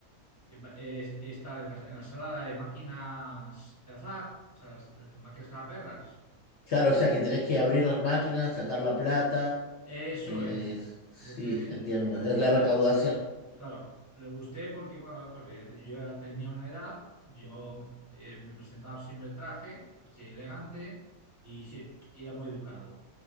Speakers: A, on the right (about 20°); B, on the left (about 60°).
A: Eh, está en la, en la sala de máquinas de azar, esas las máquinas tragaperras.
B: Claro, o sea que tenés que abrir las máquinas, sacar la plata.
A: Eso
B: eh,
A: es.
B: sí,
A: Yo tenía que.
B: entiendo.
A: eh, Claro,
B: Es la recaudación.
A: claro, le gusté porque, bueno, pues yo ya, te- yo ya tenía una edad, yo eh, me presentaba siempre en traje, así elegante y, se- y era muy educado.